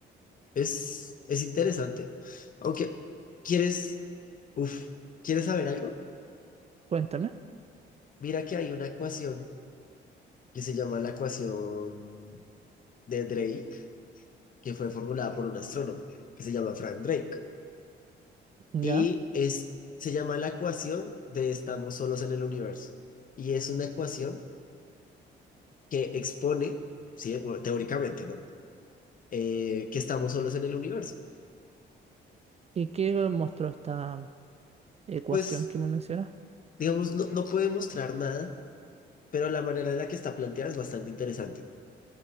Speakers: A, on the left (about 45°); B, on the right (about 35°).
A: Es, es interesante. Aunque, ¿quieres, uf, ¿quieres saber algo?
B: Cuéntame,
A: Mira que hay una ecuación que se llama la ecuación de Drake, que fue formulada por un astrónomo que se llama Frank Drake.
B: ya.
A: Y es, se llama la ecuación de estamos solos en el universo. Y es una ecuación que expone, sí, bueno, teóricamente, ¿no? Eh, que estamos solos en el universo.
B: ¿Y qué mostró esta ecuación
A: Pues,
B: que me mencionas?
A: digamos, no, no puede mostrar nada pero la manera en la que está planteada es bastante interesante,